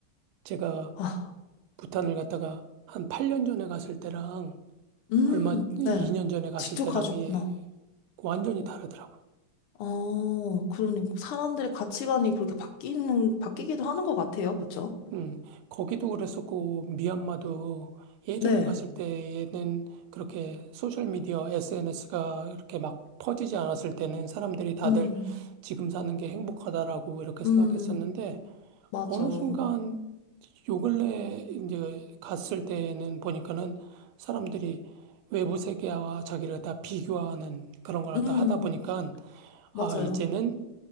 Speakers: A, on the right; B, on the left.
A: 제가
B: 아,
A: 부탄을 갔다가 한 8년 전에 갔을 때랑
B: 음,
A: 얼마 2년
B: 네.
A: 전에 갔을
B: 직접
A: 때랑이
B: 가셨구나.
A: 완전히 다르더라고요.
B: 어, 그러니 사람들의 가치관이 그렇게 바뀌는, 바뀌기도 하는 것 같아요. 그쵸?
A: 음, 거기도 그랬었고 미얀마도 예전에
B: 네.
A: 갔을 때에는 그렇게 소셜 미디어 SNS가 이렇게 막 퍼지지 않았을 때는 사람들이 다들
B: 음,
A: 지금 사는 게 행복하다라고 이렇게 생각했었는데
B: 음, 맞아.
A: 어느 순간 요 근래 이제 갔을 때는 보니까는 사람들이 외부 세계와 자기를 다 비교하는 그런 걸
B: 음,
A: 다 하다 보니까
B: 맞아요.
A: 아, 이제는